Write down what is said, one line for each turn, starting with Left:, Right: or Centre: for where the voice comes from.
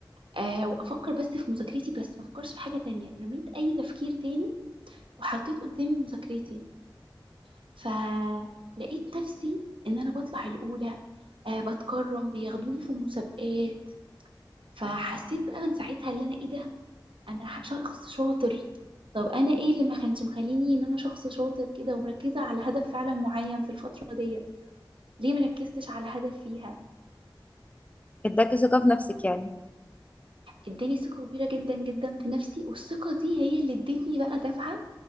Right: آه وافكر بس في مذاكرتي بس ما افكرش في حاجه تانية رميت اي تفكير تاني وحطيت قدامي مذاكرتي فلقيت نفسي ان انا بطلع الاولى آه بتكرم بياخدوني في المسابقات فحسيت بقى من ساعتها اللي انا ايه ده انا شخص شاطر طب انا ايه اللي ما كانش مخليني ان انا شخص شاطر كده ومركزه على هدف فعلا معين في الفتره ديت ليه مركزتش على هدف فيها
Left: اداكي ثقة في نفسك يعني
Right: اداني ثقة كبيرة جدا جدا في نفسي والثقة دي هي اللي ادتني بقى دفعة